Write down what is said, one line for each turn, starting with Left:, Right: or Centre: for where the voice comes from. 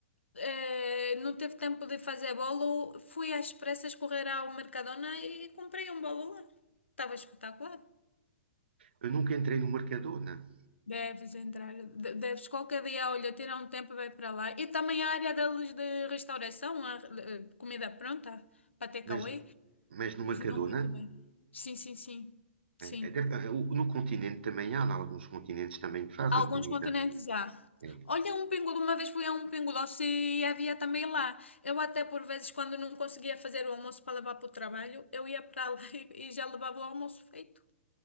Left: eh, não teve tempo de fazer bolo, fui às pressas correr ao Mercadona e comprei um bolo lá. Estava espetacular.
Right: Eu nunca entrei no Mercadona,
Left: Deves entrar, de- deves qualquer dia, olha, tirar um tempo e vai para lá. E também a área deles de restauração, a, eh, comida pronta, para takeaway,
Right: mas, mas no
Left: cozinham
Right: Mercadona,
Left: muito bem. Sim, sim, sim, sim.
Right: é, é, deve- é, o- no continente também há, em alguns continentes também que fazem
Left: Alguns
Right: comida.
Left: continentes já.
Right: É.
Left: Olha, um pingulo, uma vez fui a um pingulócio e havia também lá. Eu até por vezes, quando não conseguia fazer o almoço para levar para o trabalho, eu ia para lá <laughs> e, e já levava o almoço feito.